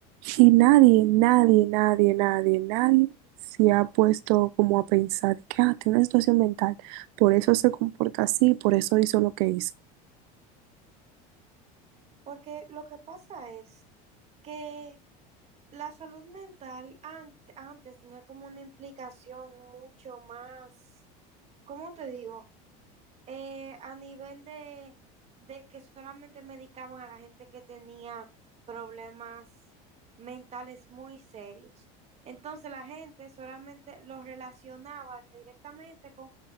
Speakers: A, on the right (about 70°); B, on the right (about 35°).
A: y nadie, nadie, nadie, nadie, nadie se ha puesto como a pensar que, ah, tiene una situación mental, por eso se comporta así, por eso hizo lo que hizo.
B: porque lo que pasa es que la salud mental ante- antes tenía como una implicación mucho más, ¿cómo te digo? eh, a nivel de, de que solamente medicaban a la gente que tenía problemas mentales muy serios. Entonces la gente solamente los relacionaba directamente con